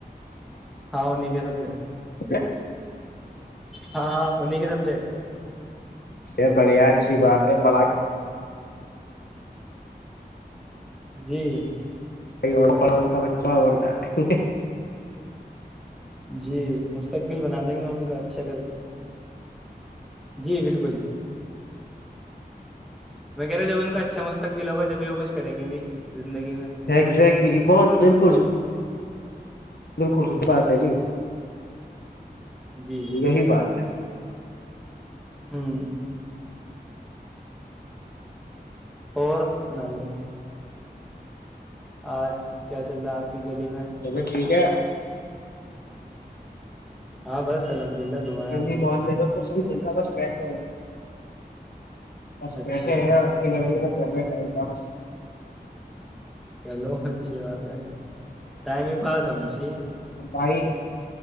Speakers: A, in the centre; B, on the left (about 70°).
A: ہنی گ <unintelligible> سب <inaudible>
B: <inaudible>
A: ہاں ہاں انہیں کے سبجیکٹ
B: یہ بڑھیا اچھی بات ہے بڑائی
A: جی
B: اور پڑا کا بچہ ہوتا <unintelligible>
A: جی مستقبل بنا دیں گے ان کا اچھا کر کے جی بالکل میں کہہ رہا ہ جب ان کا اچھا مستقبل ہوگا جبھی وہ کچ کریں گے بھی زندگی میں
B: اگزیکٹلی بہت بالکل بالکل س ب <unintelligible> جی
A: جی
B: یہی بات ہے
A: ہوں اور سنائیے آج کیا چل رہا آپ کی گلی میں
B: چا ٹھیک ہے
A: ہاں بس الحمد للہ دعا ہے
B: پھر
A: آپ
B: نہیں
A: کی
B: بال لیتا کچ <inaudible> سر جندہ بس بیٹھا ہو بس
A: اچھا
B: بیٹھے ہیں آپ کی لائبریری میں جہ کتاس
A: چلو اچھی بات ہے ٹائم ہی پاس ہونے سے جی
B: ا بھائی